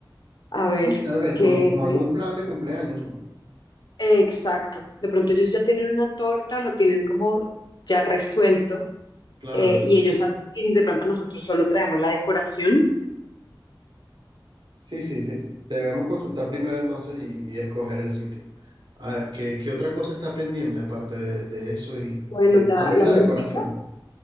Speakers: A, on the left; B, on the right.
A: A
B: sí,
A: ver,
B: tal vez,
A: qué
B: como, como algún plan de cumpleaños, ¿no?
A: exacto. De pronto ellos ya tienen una torta, lo tienen como ya resuelto,
B: Claro.
A: eh, y ellos hacen, y de pronto nosotros solo traemos la decoración.
B: Sí, sí, te- debemos consultar primero entonces y, y escoger el sitio. A ver, ¿qué, qué otra cosa está pendiente aparte de, de eso y
A: Bueno,
B: eh,
A: la,
B: tal vez
A: la
B: la
A: música.
B: decoración?